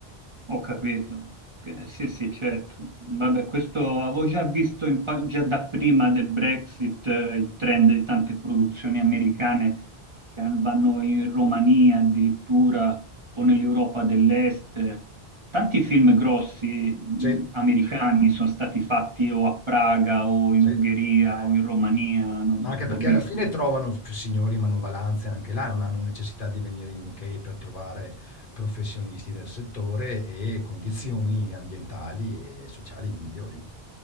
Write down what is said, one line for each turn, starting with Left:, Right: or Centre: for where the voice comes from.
Right: Ho capito. Eh, Sì, sì, certo. Vabbè, questo avevo già visto in pa- già da prima del Brexit, eh, il trend di tante produzioni americane che an- vanno in Romania addirittura o nell'Europa dell'Est. Tanti film grossi, mh,
Left: Sì,
Right: americani sono stati fatti o a Praga o in
Left: sì.
Right: Ungheria o in Romania, non-
Left: Ma anche
Right: l'ho
Left: perché
Right: visto.
Left: alla fine trovano f signori manovalanze anche là, non hanno necessità di venire in UK per trovare professionisti del settore e condizioni ambientali e sociali migliori.